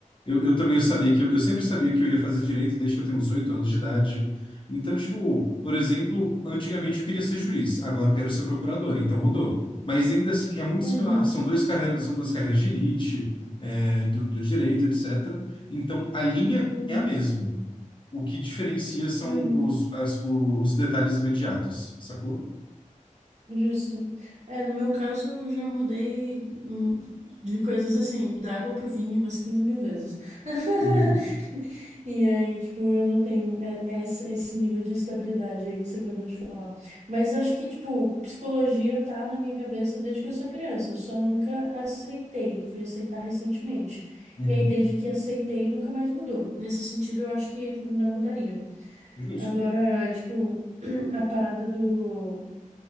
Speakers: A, on the left (about 40°); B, on the right (about 60°).
A: eu, eu também sabia que eu, eu sempre sabia que eu ia fazer direito desde que eu tenho uns oito anos de idade. Então, tipo, por exemplo, antigamente eu queria ser juiz, agora eu quero ser procurador, então mudou. Mas ainda assim é muito
B: Uhum,
A: similar, são duas carreiras, são duas carreiras de elite, é, do, do direito, etc. Então a linha
B: uhum,
A: é a mesma. O que diferencia são
B: uhum,
A: os, as- o- os detalhes imediatos, sacou?
B: justo. É, no meu caso, eu já mudei hum, de coisas assim, da água pro vinho umas 15 mil vezes. <laughs>
A: Uhum,
B: E aí, tipo, eu não tenho é- essa- esse nível de estabilidade aí que você acabou de falar. Mas acho que, tipo, psicologia tá na minha cabeça desde que eu sou criança. Eu só nunca aceitei, fui aceitar recentemente.
A: uhum,
B: E aí, desde que aceitei, nunca mais mudou. Nesse sentido, eu acho que não mudaria.
A: justo.
B: Agora, tipo, <clears throat> a parada do.